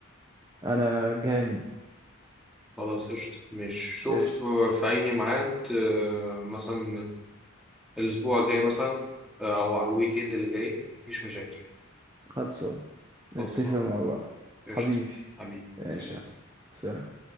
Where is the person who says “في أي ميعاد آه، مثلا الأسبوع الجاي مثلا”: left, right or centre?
Centre